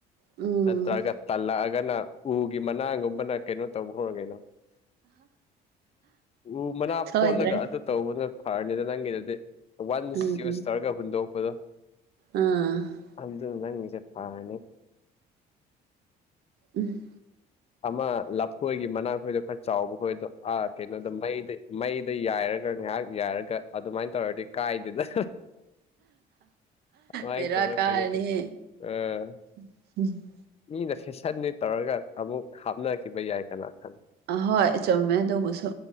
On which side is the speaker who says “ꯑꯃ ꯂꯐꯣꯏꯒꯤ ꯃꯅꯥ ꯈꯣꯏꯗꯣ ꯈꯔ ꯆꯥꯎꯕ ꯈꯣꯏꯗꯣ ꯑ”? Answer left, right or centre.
Left